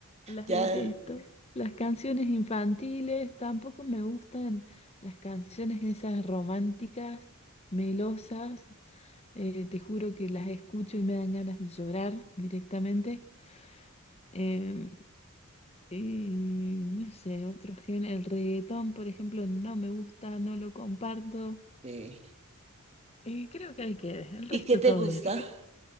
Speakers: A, on the left; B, on the right.
A: las
B: Ya,
A: detesto. Las canciones infantiles, tampoco me gustan las canciones esas románticas, melosas. eh, te juro que las escucho y me dan ganas de llorar directamente. Em, y no sé, otro género, el reggaetón, por ejemplo, no me gusta, no lo comparto.
B: eh,
A: Y creo que
B: ¿y
A: ahí quede, el
B: y
A: resto
B: qué te
A: todo
B: gusta?
A: bien.